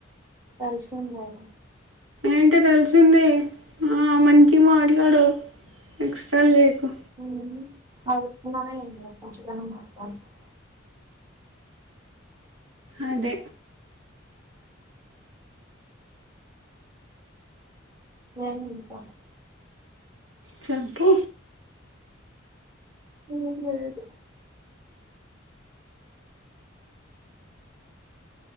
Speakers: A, on the right; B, on the right.
A: తెల్సింద్కదా
B: ఏంటే తెలిసింది మంచిగ మాట్లాడు ఎక్స్ట్రాలు లేయకు
A: హ్మ్ అదిన్న ఏ మంచిగానే మాట్లాడతానా
B: అదే
A: ఏందింక్క
B: చెప్పు
A: ఏం లేదు